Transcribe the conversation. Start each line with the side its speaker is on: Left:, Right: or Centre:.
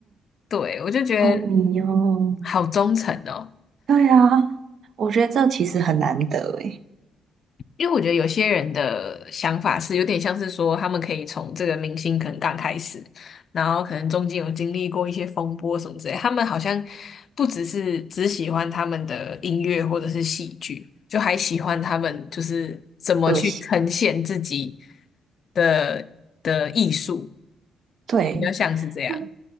Left: 对，我就觉得
Right: 好迷哦。
Left: 好忠诚哦。
Right: 对啊，我觉得这其实很难得诶，
Left: 因为我觉得有些人的想法是有点像是说，他们可以从这个明星可能刚开始，然后可能中间有经历过一些风波什么之类，他们好像不只是只喜欢他们的音乐或者是戏剧，就还喜欢他们就是怎么去呈现自己
Right: 个性。
Left: 的的艺术，
Right: 对，
Left: 比较像是这样。
Right: 就